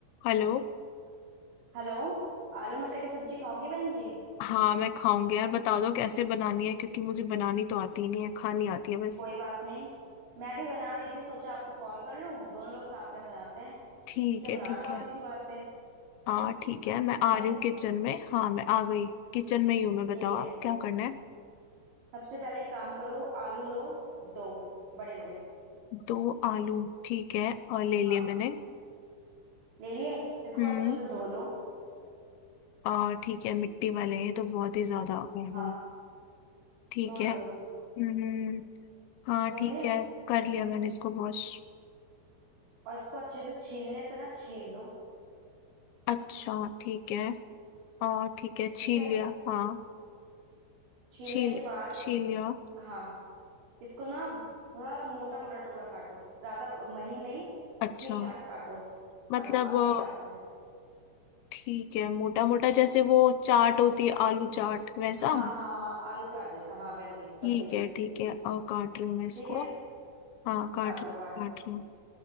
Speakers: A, on the left; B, on the right.
A: हेलो
B: हेलो आलू मटर की सब्जी खाओगी बहन जी
A: हाँ मैं खाऊंगी यार बता दो कैसे बनानी है क्योंकि मुझे बनानी तो आती ही नहीं है खानी आती है बस
B: कोई बात नहीं मैं भी बना रही थी सोचा आपको कॉल कर लूं दोनों लोग साथ में बनाते हैं
A: ठीक
B: किचन
A: है
B: में आ
A: ठीक
B: जाओ आप
A: है
B: इसी बात पे
A: हाँ ठीक है मैं
B: ठीक
A: आ
B: है
A: रही हूँ किचन में हाँ मैं आ गई किचन में ही हूँ मैं बताओ
B: ठीक है
A: आप क्या करना है
B: सबसे पहले एक काम करो आलू लो दो बड़े बड़े
A: दो आलू ठीक है और ले लिए
B: हाँ
A: मैंने
B: ले लिए इसको
A: हम्म
B: अच्छे से धो लो
A: और ठीक है मिट्टी वाले हैं ये तो बहुत ही ज्यादा ओहो
B: हाँ
A: ठीक
B: धो
A: है
B: लो धो लो
A: हम्म हाँ
B: धो
A: ठीक
B: लिए
A: है कर लिया मैंने इसको वॉश
B: और इसको अच्छे से छीलने से ना छील लो
A: अच्छा ठीक है और ठीक है छील
B: ठीक है
A: लिया हाँ
B: छीलने
A: छील
B: के बाद
A: छील लिया
B: हाँ इसको ना थोड़ा मोटा मोटा टुकड़ा काटो ज्यादा प- महीन नहीं
A: अच्छा
B: ठीक ठाक काटो
A: मतलब
B: हाँ ना अपने
A: अ,
B: हिसाब से
A: ठीक है मोटा मोटा जैसे वो चाट होती है आलू चाट वैसा
B: हाँ हाँ हाँ आलू चाट जैसा हाँ वैसे ही सब्जी
A: ठीक
B: में
A: है ठीक है और काट रही हूँ मैं इसको
B: ठीक है
A: हाँ काट
B: काट
A: रही
B: लो
A: हूँ
B: काट लो
A: काट रही हूँ